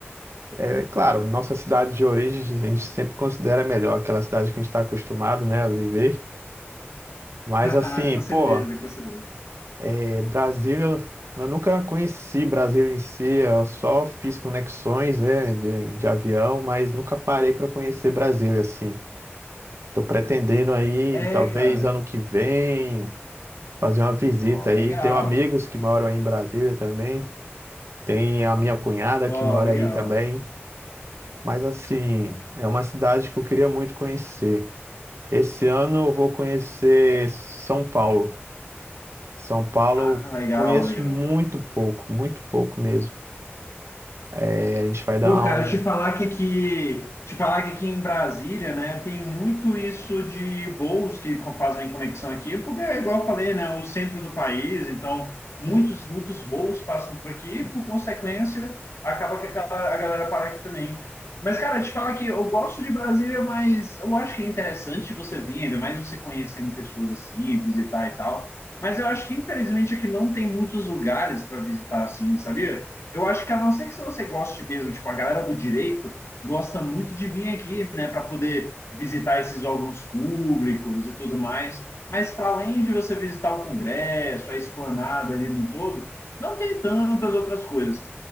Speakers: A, on the right; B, on the left.
A: É claro, nossa cidade de origem a gente sempre considera melhor, aquela cidade que a gente está acostumado, né, a viver. Mas
B: <laughs>
A: assim,
B: com certeza,
A: pô,
B: com certeza.
A: é, Brasília, eu nunca conheci Brasília em si, eu só fiz conexões, né, de, de avião, mas nunca parei para conhecer Brasília, assim. Tô pretendendo aí,
B: É,
A: talvez
B: cara.
A: ano que vem. fazer uma visita
B: Ó,
A: aí.
B: legal.
A: Tenho amigos que moram aí em Brasília também. Tem a minha cunhada que
B: Ó,
A: mora
B: legal.
A: aí também. Mas assim, é uma cidade que eu queria muito conhecer. Esse ano eu vou conhecer
B: É,
A: São Paulo. São Paulo
B: Ah,
A: eu
B: legal,
A: conheço
B: legal.
A: muito pouco, muito pouco mesmo. É, a gente vai dar
B: Pô, cara,
A: um.
B: te falar que, que te falar que aqui em Brasília, né, tem muito isso de voos que co- fazem conexão aqui, porque é igual eu falei, né, o centro do país, então muitos muitos voos passam por aqui, e, por consequência, acaba que a galera, a galera para aqui também. Mas, cara, te falar que eu gosto de Brasília, mas eu acho que é interessante você vir, ainda mais você conhecendo pessoas assim, visitar e tal. Mas eu acho que, infelizmente, aqui não tem muitos lugares para visitar assim, sabia? Eu acho que a não ser que se você goste mesmo, tipo, a galera do direito gosta muito de vir aqui, né, para poder visitar esses órgãos públicos e tudo mais. Mas para além de você visitar o Congresso, a esplanada ali no todo, não tem tantas outras coisas.